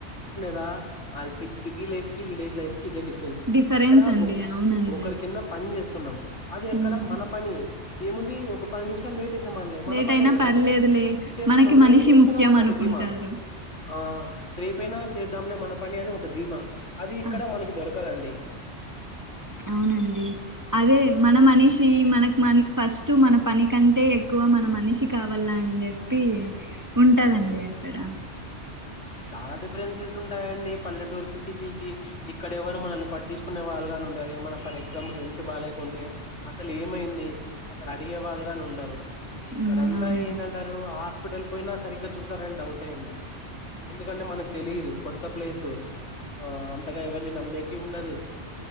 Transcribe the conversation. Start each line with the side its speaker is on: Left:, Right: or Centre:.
Left: దా అది సి సిటీ లైఫ్ కి విలేజ్ లైఫ్ కి ఇదే డిఫరెన్స్
Right: డిఫరెన్స్
Left: ఇక్కడ
Right: అండి
Left: ఒ ఉహ్
Right: అవునండి.
Left: ఒకరి కింద పని జేస్ స్తున్నం అదే
Right: హ్మ్
Left: అక్కడ మన పని ఏముంది ఒక పది నిమిషాలు లేట్ అయి తమనెలే మన
Right: లేట్
Left: పనే
Right: అయినా
Left: గదా
Right: పర్లేదులే
Left: చేస్ చేసుకుందాం
Right: మనకి
Left: రేపు
Right: మనిషి
Left: చేసుకుందాం
Right: ముఖ్యం
Left: అనే
Right: అనుకుంటారు.
Left: ఒక దీమా ఆ రేపైనా చేద్దాంలే మన పని అని ఒక ధీమా అది ఇక్కడ
Right: ఆ
Left: మనకి దొరకదండి
Right: అవునండి అదే మన మనీష్ తీ మనకు మన్ ఫస్ట్ మన పని కంటే ఎక్కువ మన మనిషి కావాల అని జెప్పి ఉంటాదండి
Left: అవును.
Right: అక్కడ
Left: చాలా డిఫరెన్సెస్ ఉంటాయండి పల్లెటూరుకి సిటీకి ఇక్కడ ఎవరు మనల్ని పట్టించుకునే వాళ్ళు గాని ఉండరిగా మన ఫర్ ఎక్సంపుల్ హెల్త్ బాలేకుంటే అసలు ఏమైంది అసలు అడిగే వాళ్ళుగాని ఉండరు. ఇక్కడంతా
Right: హ్మ్ అవునండి.
Left: ఏందంటారు హాస్పిటల్ పోయినా సరిగ్గా చూసారని డౌటే అండి. ఎందుకంటే మనకు తెలీదు కొత్త ప్లేసు ఆ అంతగా ఎవరిని నమ్మేకి ఉండదు